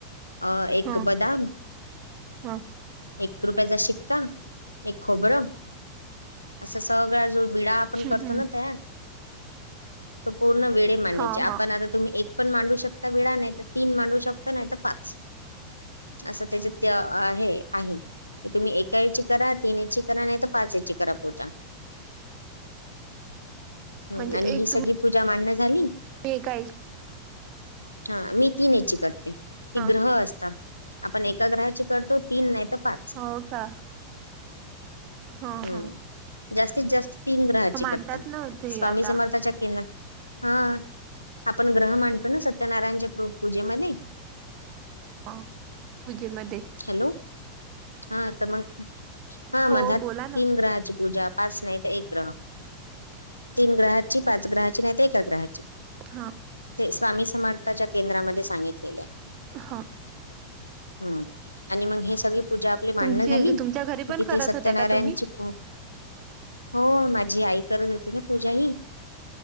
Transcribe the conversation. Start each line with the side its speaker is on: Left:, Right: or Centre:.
Left: अ एक
Right: हा
Left: बदम
Right: हा
Left: एक कृपयाचा शिक्का एक खोबरं असं सग सळा जो विडा आपण करतो
Right: हम्म
Left: ना तयार पूर्ण वेळ मांडायची
Right: हा
Left: आपण
Right: हा
Left: आता तुम्ही एक पण मांडू शकता वेळा नाही तर तीन मांडू शकता नाही तर पाच असं त्याच्या ते आहे आहे की तुम्ही एका याची करा तीन ए ची करा नाही तर पाच याची करा पोत का हम्म
Right: म्हणजे
Left: आणि
Right: एक
Left: हि सगळी
Right: तुम्ही
Left: पूजा मान्य झाली
Right: एका याच्या
Left: हा मी तीन याची करते ती
Right: हा
Left: ग्रह असतात आपण एका ग्रहाची करतो तीन नाही तर पाच
Right: हो का हा
Left: हम्म
Right: हा
Left: जास्तीत जास्त तीन ग्रहाची
Right: मांडतात
Left: करतात
Right: ना ते
Left: स्वामी
Right: आता
Left: समर्थाच्या केिंद हा आपण ग्रह मांडतो ना सत्यनारायणच्या पूजेमध्ये
Right: हा पूजेमध्ये
Left: हॅलो हा तर मग हा
Right: हो
Left: मझ्या
Right: बोला
Left: तीन
Right: ना
Left: ग्रहाची पूजा पाच नाही तर एक ग्रह, तीन ग्रहाची, पाच ग्रहाची नाही तर एका ग्रहाची.
Right: हा!
Left: ते स्वामी समर्थाच्या केंद्रामध्ये सांगितलेले.
Right: हा!
Left: हूं! आणि मग हे सगळी पूजा आपली मांडणं
Right: तुमची
Left: झाली, की
Right: तुमच्या घरी पण
Left: तिथे
Right: करत
Left: सत्यनारायणची
Right: होत्या का तुम्ही
Left: पो हो माझी आई करत होती ना पूजा ही,